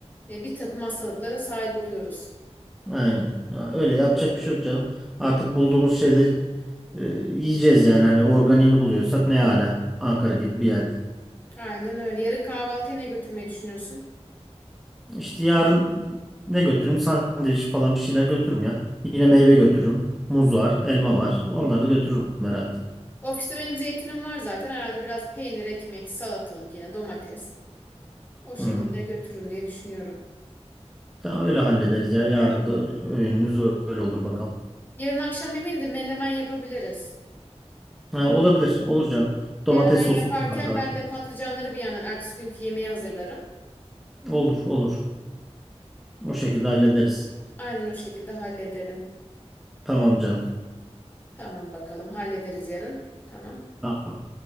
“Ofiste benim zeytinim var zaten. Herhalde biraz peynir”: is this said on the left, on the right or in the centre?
Left